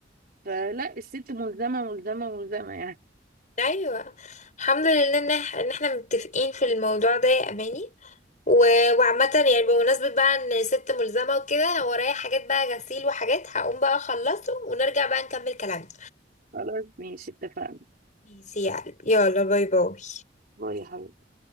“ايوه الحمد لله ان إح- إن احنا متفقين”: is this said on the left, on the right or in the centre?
Left